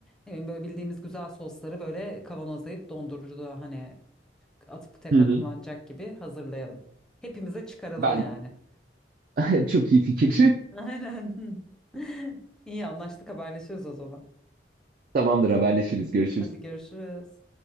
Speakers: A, in the centre; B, on the right.
A: ne bileyim, böyle bildiğimiz güzel sosları böyle kavanozlayıp dondurucuda hani atıp tekrar
B: Hı hı.
A: kullanacak gibi hazırlayalım. Hepimize çıkaralım
B: Ben
A: yani.
B: <laughs> çok iyi fikir.
A: <laughs> Aynen. <laughs> İyi anlaştık haberleşiyoruz o zaman.
B: <laughs> Tamamdır haberleşiriz görüşürüz.
A: Hadi görüşürüz.